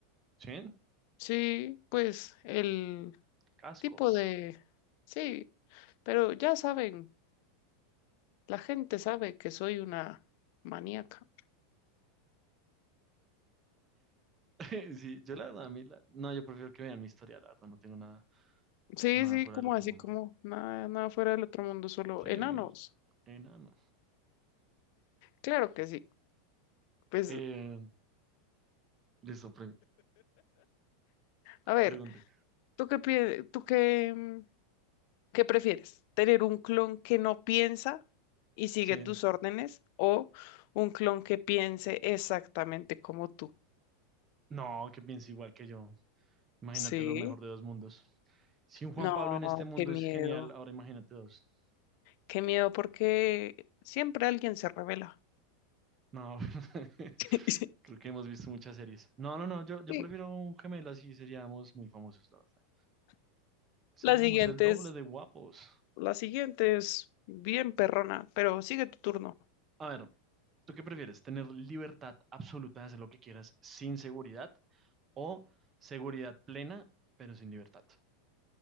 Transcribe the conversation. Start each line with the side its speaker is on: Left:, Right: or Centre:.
Right: ¿Sí?
Left: Sí, pues el
Right: Cascos.
Left: tipo de... Sí, pero ya saben, la gente sabe que soy una maníaca.
Right: <laughs> Sí, yo la verdad, a mí la- No, yo prefiero que vean mi historia, la verdad, no tengo nada,
Left: Sí,
Right: nada
Left: sí,
Right: fuera
Left: como
Right: del otro
Left: así,
Right: mundo.
Left: como nada, nada fuera del otro mundo, solo
Right: Sí,
Left: enanos.
Right: enano.
Left: Claro que sí. Pues,
Right: Eh, listo, pre-
Left: a ver,
Right: pregunte.
Left: ¿tú qué piensas? ¿Tú qué? ¿Qué prefieres? ¿Tener un clon que no piensa y sigue
Right: Sí,
Left: tus órdenes o un clon que piense exactamente como tú?
Right: no, que piense igual que yo. Imagínate
Left: Sí.
Right: lo mejor de dos mundos. Si un Juan
Left: No,
Right: Pablo en este mundo
Left: qué miedo.
Right: es genial, ahora imagínate dos.
Left: Qué miedo porque siempre alguien se revela.
Right: No, <laughs>
Left: <laughs>
Right: creo que hemos visto muchas series. No, no, no, yo, yo
Left: Sí.
Right: prefiero un gemelo así, seríamos muy famosos, la verdad.
Left: La
Right: Seríamos
Left: siguiente
Right: el doble
Left: es,
Right: de guapos.
Left: la siguiente es bien perrona, pero sigue tu turno.
Right: A ver, ¿tú qué prefieres? ¿Tener libertad absoluta de hacer lo que quieras sin seguridad o seguridad plena, pero sin libertad?